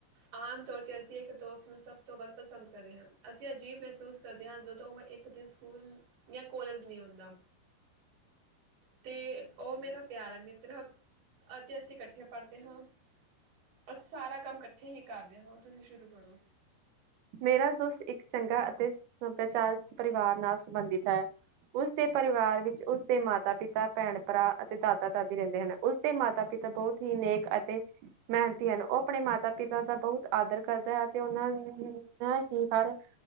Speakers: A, on the right; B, on the right.
A: ਆਮ ਤੌਰ ਤੇ ਅਸੀਂ ਇੱਕ ਦੋਸਤ ਨੂੰ ਸਭ ਤੋਂ ਵੱਧ ਪਸੰਦ ਕਰਦੇ ਹਾਂ ਅਸੀਂ ਅਜੀਬ ਮਹਿਸੂਸ ਕਰਦੇ ਹਾਂ ਜ਼ਦੋਂ ਉਹ ਇੱਕ ਦਿਨ ਸਕੂਲ ਜਾਂ ਕਲੇਜ਼ ਨੀ ਔਂਦਾ ਤੇ ਉਹ ਮੇਰਾ ਪਿਆਰਾ ਮਿਤਰ ਹ ਅਤੇ ਅਸੀਂ ਇਕੱਠੇ ਪੜ੍ਹਦੇ ਹਾਂ ਅਸੀ ਸਾਰਾ ਕੰਮ ਇਕੱਠੇ ਹੀ ਕਰਦੇ ਹਾਂ ਹੁਣ ਤੁਸੀਂ ਸ਼ੁਰੂ ਕਰੋ
B: ਮੇਰਾ ਦੋਸਤ ਇੱਕ ਚੰਗਾ ਅਤੇ ਸਭਿਆਚਾਰਕ ਪਰਿਵਾਰ ਨਾਲ ਸੰਬੰਧਿਤ ਹੈ ਉਸਦੇ ਪਰਿਵਾਰ ਵਿੱਚ ਉਸਦੇ ਮਾਤਾ ਪਿਤਾ ਭੈਣ ਭਰਾ ਅਤੇ ਦਾਦਾ ਦਾਦੀ ਰਹਿੰਦੇ ਹਨ ਉਸ ਦੇ ਮਾਤਾ ਪਿਤਾ ਬਹੁਤ ਹੀ ਨੇਕ ਅਤੇ ਮੇਹਨਤੀ ਹਨ ਉਹ ਆਪਣੇ ਮਾਤਾ ਪਿਤਾ ਦਾ ਬਹੁਤ ਆਦਰ ਕਰਦਾ ਹੈ ਤੇ ਉਹਨਾਂ ਨੂੰ <unintelligible> ਹੀ ਹਰ